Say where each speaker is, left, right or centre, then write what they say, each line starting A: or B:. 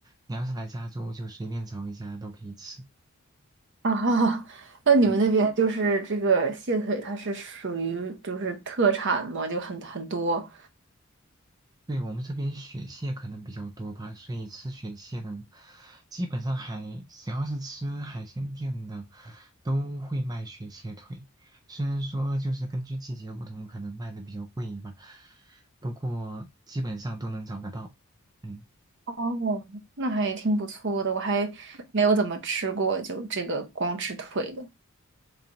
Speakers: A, on the right; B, on the right.
A: 你要是来加州，就随便找一家都可以吃。
B: 哦，<laughs> 那你们那边就是这个蟹腿，
A: 嗯。
B: 它是属于就是特产嘛，就很很多。
A: 对，我们这边雪蟹可能比较多吧，所以吃雪蟹的，基本上海，只要是吃海鲜店的，都会卖雪蟹腿。虽然说就是根据季节不同，可能卖的比较贵吧，不过基本上都能找得到。嗯，
B: 哦，那还挺不错的，我还没有怎么吃过，就这个光吃腿的。